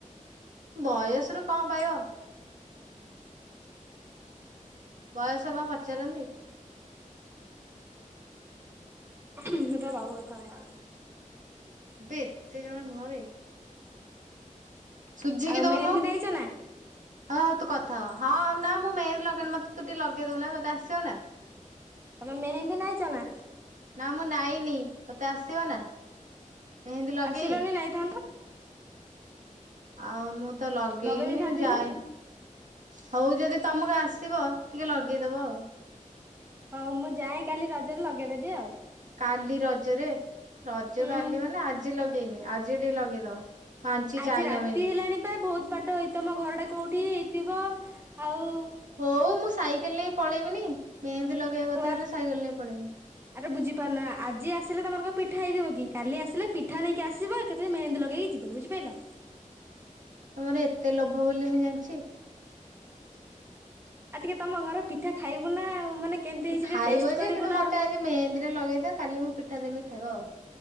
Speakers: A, on the right; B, on the right.
A: ବୟସରୁ କଣ ପାଇବ। ବୟସ କଣ ପଚାରନ୍ତି?
B: ସେଟା ବାବୁ କଥା ମା
A: ବେ ଏତେ ଜଣ ନୁହବେ ସୁଝିକି
B: ଆଉ
A: ଦଉନୁ।
B: ମେହେନ୍ଦୀ ନାଇଚ ନା?
A: ହଁ ହଉ ତୁ କଥା ହ ହଁ ନା ମୁଁ ମେହେନ୍ଦୀ ଲଗେଇନି ମତେ ତୁ ଟିକେ ଲଗେଇଦଉନା ତତେ ଆସ୍ ଶୁନେ
B: ତମେ ମେହେନ୍ଦୀ ନାଇଚ ନା?
A: ନା ମୁଁ ନାଇନି ତତେ ଆସିବ ନା ମେହେନ୍ଦୀ ଲଗେଇ?
B: ଆସିଲନି ନାଇଥାନ୍ତ
A: ଆଉ ମୁଁ ତ ଲଗେଇନି
B: ଲଗେଇ ଦେଇଥାନ୍ତି
A: ଯାଏ
B: ମୁଁ।
A: ହଉ ଯଦି ତମକୁ ଆସିବ ଟିକେ ଲଗେଇଦବ ଆଉ।
B: ହଉ ମୁଁ ଯାଏ କାଲି ରଜରେ ଲଗେଇଦେବି ଆଉ।
A: କାଲି ରଜରେ ରଜ
B: ହୁଁ
A: କାଲି ମାନେ ଆଜି ଲଗି ଗାଇମି ଆଜିଟି ଲଗେଇଦବ। ପାଞ୍ଚି
B: ଆଜି
A: ଚାଇନା
B: ରାତି
A: ମେହେନ୍ଦୀ
B: ହେଲାଣି ପା ବହୁତ ବାଟ ହେଇ ତମ ଘର ଟା କୋଉଠି ହି? ଥିବ ଆଉ
A: ହଉ ମୁଁ ସାଇ ଲେ ପଳେଇବିନି। ମେହେନ୍ଦୀ ଲଗେଇବା କଥା
B: ହଉ ଆ
A: ହେଲେ ସାଇକେଲ ନେଇ ପଳେଇମି
B: ବୁଝି ପାରୁନା ଆଜି ଆସିଲେ ତମର କଁ ପିଠା ହେଇଯିବ? କାଲି ଆସିଲେ ପିଠା ନେଇକି ଆସିବ ଏକାଥରେ ମେହେନ୍ଦୀ ଲଗେଇକି ଯିବ ବୁଝିପାଇଲ।
A: ତମର ଏତେ ଲୋଭ ବୋଲି ମୁଁ ଜାଣିଛି।
B: ଆଉ ଟିକେ ତମ ଘର ପିଠା ଖାଇବୁ ନା ମାନେ କେମିତି ହେଇଛି ଟିକେ
A: ଖାଇବ
B: ଟେଷ୍ଟ କରିବୁ
A: ଯେ କିନ୍ତୁ
B: ନା
A: ମତେ
B: ଆଉ।
A: ଆଜି ମେହେନ୍ଦୀରେ ଲଗେଇଦିଅ କାଲି ମୁଁ ପିଠା ଦେମି ଖାଇ ହେବ।